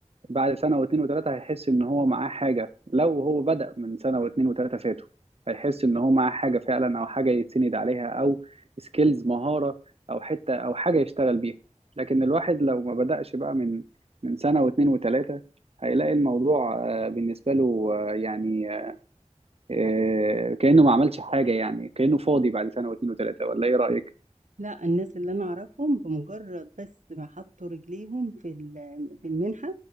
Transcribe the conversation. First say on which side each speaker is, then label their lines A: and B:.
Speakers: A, on the right; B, on the right.
A: بعد سنة واتنين وتلاتة هيحس إن هو معاه حاجة لو هو بدأ من سنة واتنين وتلاتة فاتوا هيحس إن هو معاه حاجة فعلا أو حاجة يتسند عليها أو سكيلز مهارة أو حتة أو حاجة يشتغل بيها لكن الواحد لو ما بدأش بقى من من سنة واتنين وتلاتة هيلاقي الموضوع آه، بالنسبة له آه، يعني آه، كأنه ما عملش حاجة يعني كأنه فاضي بعد سنة واتنين وتلاتة ولا إيه رأيك؟
B: لأ، الناس اللي أنا أعرفهم بمجرد بس ما حطوا رجليهم في ال في المنحة